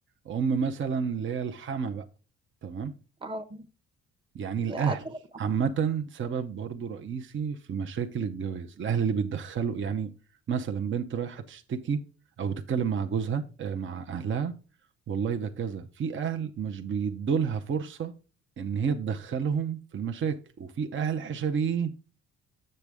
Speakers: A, on the right; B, on the right.
A: ام مثلا اللي هي الحما بقى تمام
B: اه
A: يعني الأهل
B: يا أتفق.
A: عامة سبب برضو رئيسي في مشاكل الجواز الأهل اللي بيتدخلوا يعني مثلا بنت رايحة تشتكي أو بتتكلم مع جوزها آه، مع أهلها والله ده كذا في أهل مش بيدولها فرصة إن هي تدخلهم في المشاكل وفي أهل حشريين